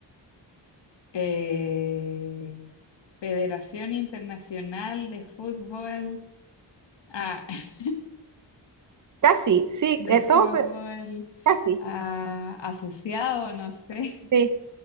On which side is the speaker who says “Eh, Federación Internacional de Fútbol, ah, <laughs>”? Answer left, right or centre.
Left